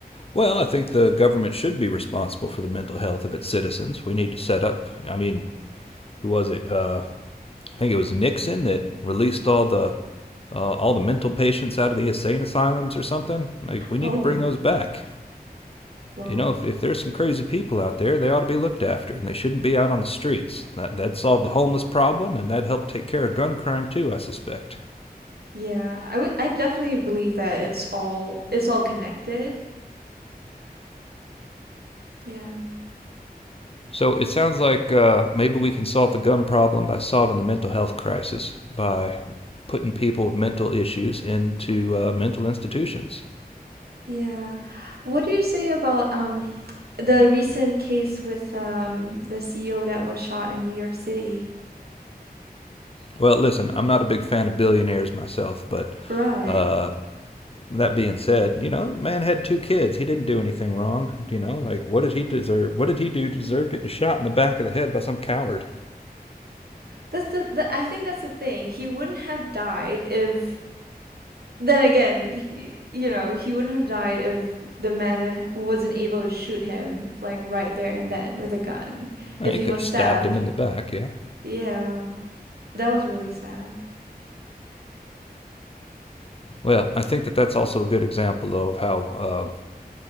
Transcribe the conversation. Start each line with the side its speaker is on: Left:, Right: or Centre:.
Left: Well, I think the government should be responsible for the mental health of its citizens. We need to set up. I mean, who was it? Uh, I think it was Nixon that released all the uh, all the mental patients out of the insane asylums or something. Like, we need
Right: Oh.
Left: to bring those back.
Right: Whoa.
Left: You know, if, if there's some crazy people out there, they ought to be looked after, and they shouldn't be out on the streets. That, that'd solve the homeless problem, and that'd help take care of gun crime, too, I suspect.
Right: Yeah, I would I definitely believe that it's all it's all connected. Yeah.
Left: So it sounds like uh, maybe we can solve the gun problem by solving the mental health crisis by putting people with mental issues into uh, mental institutions.
Right: Yeah. What do you say about um the recent case with um the CEO that was shot in New York City?
Left: Well, listen, I'm not a big fan of billionaires myself, but
Right: Right.
Left: uh, that being said, you know, man had two kids. He didn't do anything wrong. You know, like what did he deserve? What did he do to deserve getting shot in the back of the head by some coward?
Right: That's the, the I think that's the thing. He wouldn't have died if then again, he, you know, he wouldn't have died if the man didn't- wasn't able to shoot him like right there and then with a gun.
Left: Eh,
Right: If
Left: he
Right: he
Left: could
Right: was
Left: have stabbed
Right: stabbed.
Left: him in the back. Yeah.
Right: Yeah. That was really sad.
Left: Well, I think that that's also a good example, though, of how uh,